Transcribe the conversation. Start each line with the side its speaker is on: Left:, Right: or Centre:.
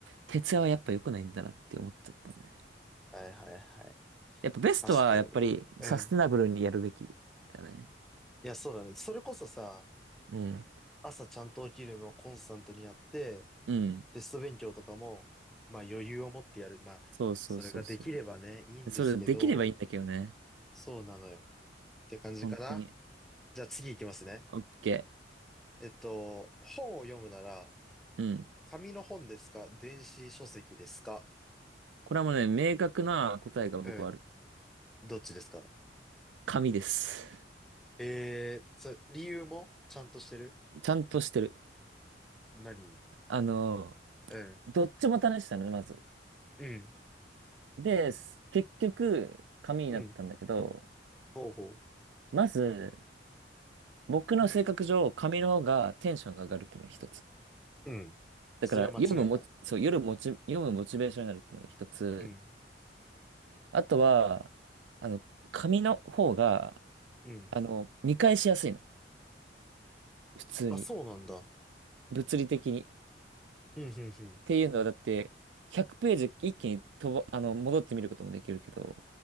Right: 徹夜はやっぱ良くないんだなって思っちゃったね。
Centre: はいはいはい。
Right: やっぱベストはやっぱりサステナブルにやるべきだよね。
Centre: 確かにね。うん。いや、そうだね。それこそさ、
Right: うん。
Centre: 朝ちゃんと起きるのをコンスタントにやって、
Right: うん。
Centre: テスト勉強とかも、まあ余裕を持ってやる。まあ、
Right: そうそうそうそう。
Centre: それができればね、いいんですけど、
Right: でそれできればいいんだけどね。
Centre: そうなのよ。って感じかな。
Right: 本当に。
Centre: じゃあ次行きますね。
Right: オッケ
Centre: えっと、本を読むなら、
Right: ー。うん。
Centre: 紙の本ですか電子書籍ですか
Right: これはもうね、明確な答えが僕はある。
Centre: うん。どっちですか
Right: 紙です。
Centre: えー、それ、理由もちゃんとしてる
Right: ちゃんとしてる。
Centre: 何
Right: あの、
Centre: うん。
Right: どっちも試したのね、まず。
Centre: うん。
Right: で、す結局、紙になったんだけど、
Centre: うん。ほうほ
Right: まず、僕の性格上、紙の方がテンションが上がるっていうのが一つ。
Centre: う。うん。
Right: だから、
Centre: それは間違いない。
Right: 読むも、そう、夜もち、読むモチベーションになるっていうのが一つ。
Centre: うん。
Right: あとは、あの、紙の方が、
Centre: うん。
Right: あの、見返しやすいの。普通に。
Centre: あ、そうなんだ。
Right: 物理的に。っ
Centre: うん、うん、
Right: ていうのは、だって、100ページ一気にとば、あの、戻ってみることもできるけど、